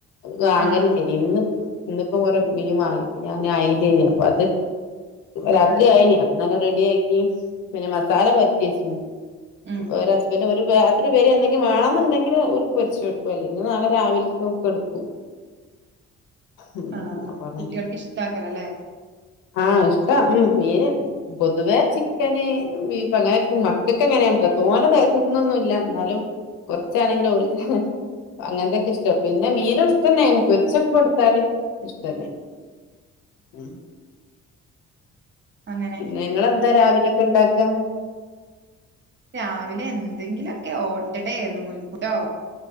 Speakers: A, on the left (about 85°); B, on the right (about 40°).
A: വാങ്ങലില്ലെന്നു
B: ആഹ്
A: ഇന്ന് ഇന്നിപ്പോ കൊറ മീൻ വാങ്ങി അപ്പ ഞാൻ അയില്ലേ
B: ഉം
A: അപ്പ അത് രാത്രി
B: ഉം
A: ആയിന് അപ്പം ഞാൻ ന്നെ മസാല പൊരാട്ടിയേച്ചിന്
B: ഉം
A: ഒരേ ഹസ്ബൻ ഒരു രാത്രി വെര് എന്തെങ്കിലും വേണെന്നുണ്ടെങ്കി ഓർക്ക് പൊരിച്ചെടുക്കും അല്ലെങ്കിൽ നാളെ രാവിലേ ഒക്കെ എടുക്കും. ഉ
B: ആഹ്
A: അപ്പൊ തെ
B: കുട്ടികൾക്ക് ഇഷ്ടാക്കരല്ലേ
A: <unintelligible> ആ ഇഷ്ട്ടാ ഉ മീന് പൊതുവെ ചി ചിക്കന് ബീഫ് അങ്ങനെയൊക്കെ മക്കൾക്ക് അങ്ങനെയാണല്ലോ തോന്നെ തിന്നൊന്നും ഇല്ല എന്നാലും കുറച്ചാണെങ്കിലും ഓൽക്ക് അങ്ങനത്തെക്കെ ഇഷ്ട്ടം പിന്നെ മീനും ഇഷ്ടന്നെനി പൊരിച്ചൊക്കെ കൊടുത്താല് ഇഷ്ടന്നെണ് ഉം
B: അങ്ങനെ
A: പിന്നെ നിങ്ങളെന്താ രാവിലൊക്കെ ഇണ്ടാക്കാ
B: രാവിലെ എന്തെങ്കിലൊക്കെ ഓട്ടട നൂൽപുട്ടോ